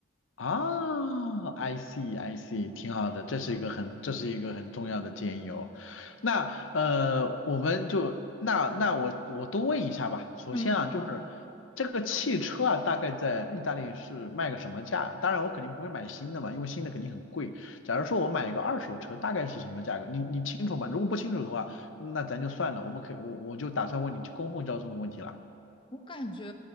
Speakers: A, on the left (about 85°); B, on the left (about 25°).
A: 啊，I see I see，挺好的，这是一个很这是一个很重要的建议哦。那呃，我们就那那我我多问一下吧。首先啊，
B: 嗯，
A: 就是这个汽车啊，
B: 好的。
A: 大概在意大利是卖个什么价？当然我肯定不会买新的嘛，因为新的肯定很贵。假如说我买一个二手车，大概是什么价格？你你清楚吗？如果不清楚的话，那咱就算了，我们可以我我就打算问你公共交通的问题了。
B: 我感觉